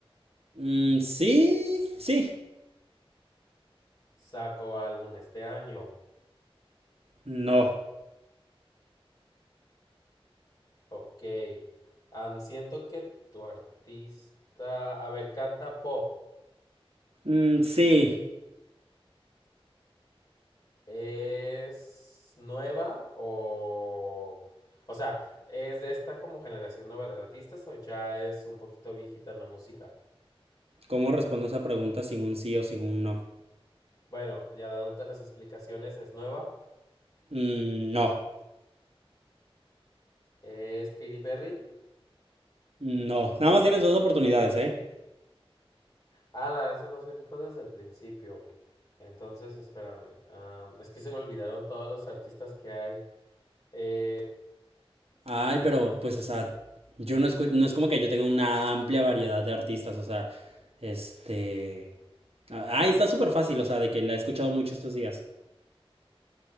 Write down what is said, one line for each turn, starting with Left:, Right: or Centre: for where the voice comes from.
Right: Mm, sí, sí,
Left: Sacó álbum este año.
Right: no.
Left: Ok. Am, siento que tu artista. A ver, canta pop.
Right: Mm, sí.
Left: ¿Es nueva o. O sea, ¿es de esta como generación nueva de artistas o ya es un poquito viejita en la música?
Right: ¿Cómo respondo esa pregunta sin un sí o sin un no?
Left: Bueno, ya dándote las explicaciones, es nueva.
Right: Mm, no,
Left: ¿Es Katy Perry?
Right: no. Nada más tienes dos oportunidades, ¿eh?
Left: Ala, eso no se dijo desde el principio. Entonces, espérame. am, es que se me olvidaron todos los artistas que hay. Eh,
Right: Ay, pero pues, o sea, yo no escu- no es como que yo tenga una amplia variedad de artistas, o sea, este... Ay, está súper fácil, o sea, de que la he escuchado mucho estos días.